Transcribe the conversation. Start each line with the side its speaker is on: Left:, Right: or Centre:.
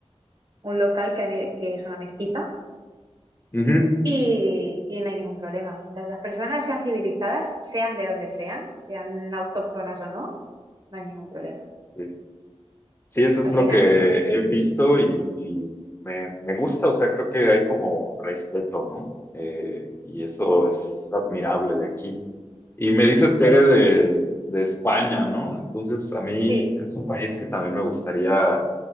Right: un local que, han he- que es una mezquita
Left: ujú.
Right: Y, y no hay ningún problema. Mientras las personas sean civilizadas, sean de donde sean, sean autóctonas o no, no hay ningún problema.
Left: Eh, Sí, eso es
Right: Al final,
Left: lo que he visto y, y me, me gusta, o sea, creo que hay como respeto, ¿no? Eh, y eso es admirable de aquí. Y me dices
Right: <laughs>
Left: que
Right: sí,
Left: eres de, de España, ¿no? Entonces, a mí
Right: sí,
Left: es un país que también me gustaría